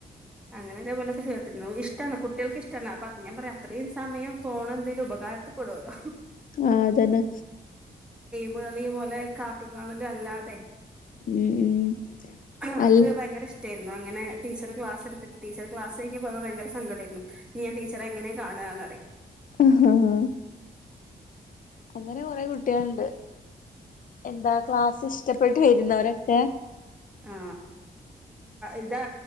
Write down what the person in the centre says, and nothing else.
അങ്ങനെ ഇതേപോലൊക്കെ ആയിരുന്നു, ഇഷ്ടാണ് കുട്ടികൾക്ക് ഇഷ്ടാണ്, അപ്പൊ ഞാൻ പറയാ അത്രയും സമയം ഫോൺ എന്തേലും ഉപകാരപ്പെടുവല്ലോ.
<unintelligible> പോലെ കാർട്ടുൺ കാണലും അല്ലാതെ
ആൾക്ക്
ഭയങ്കര ഇഷ്ടമായി അങ്ങനെ ടീച്ചർ ക്ലാസ്സ് എടുത്തിട്ട് ടീച്ചർ ക്ലാസ്സി പോയപ്പോ ഭയങ്കര സങ്കടം ആയിരുന്നു, ഇനി ആ ടീച്ചറെ എങ്ങനെ കാണാന്ന് പറയും.
ആ, ഇതാ